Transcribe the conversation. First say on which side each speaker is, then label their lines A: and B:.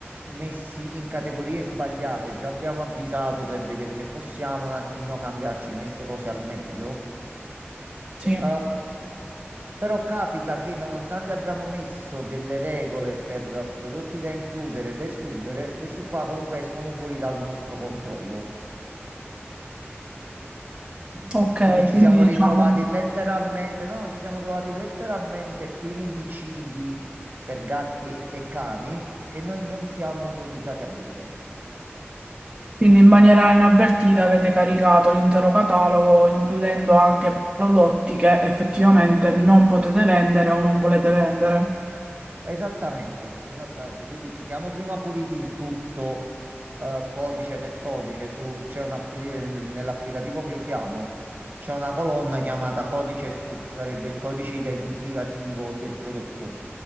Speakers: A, on the right (about 45°); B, on the right (about 25°).
A: messi in categorie sbagliate. Già abbiamo avvisato per vedere se possiamo un attimino cambiarci noi queste cose al meglio.
B: sì.
A: Eh, però capita che nonostante abbiamo messo delle regole per prodotti da includere e da escludere, questi qua comunque escono fuori dal nostro controllo.
B: Ok,
A: Quindi ci
B: quindi
A: siamo ritrovati
B: diciamo,
A: letteralmente, no, ci siamo trovati letteralmente pieni di cibi per gatti e cani che noi non siamo autorizzati a vendere.
B: quindi in maniera inavvertita avete caricato l'intero catalogo, includendo anche prodotti che effettivamente non potete vendere o non volete vendere.
A: Esattamente, esattamente. Quindi ci siamo prima puliti il tutto, eh, codice per codice. Su, c'è un appli- nell'applicativo che usiamo c'è una colonna chiamata codice SKU, sarebbe il codice identificativo del prodotto.